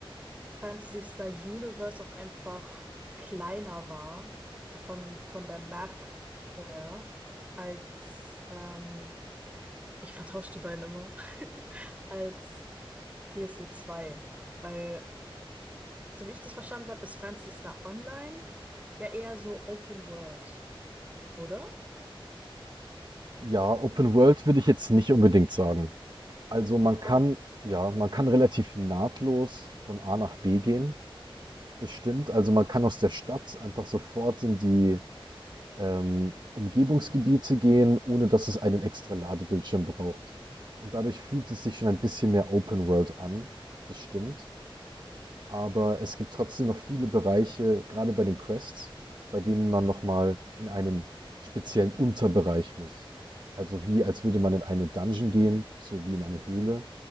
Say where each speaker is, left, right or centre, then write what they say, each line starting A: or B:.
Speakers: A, on the right; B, on the right.
A: Phantasy Star Universe auch einfach kleiner war, so von, von der Map her, als, ähm, ich vertausche die beiden immer, <laughs> als PSO 2, Weil, so wie ich das verstanden habe, ist Phantasy Star Online ja eher so Open World, oder?
B: Ja, Open World würde ich jetzt nicht unbedingt sagen. Also man kann,
A: Oh.
B: ja, man kann relativ nahtlos von A nach B gehen. Das stimmt. Also man kann aus der Stadt einfach sofort in die ähm, Umgebungsgebiete gehen, ohne dass es einen extra Ladebildschirm braucht. Und dadurch fühlt es sich schon ein bisschen mehr Open World an. Das stimmt. Aber es gibt trotzdem noch viele Bereiche, gerade bei den Quests, bei denen man nochmal in einen speziellen Unterbereich muss. Also wie, als würde man in eine Dungeon gehen, so wie in eine Höhle.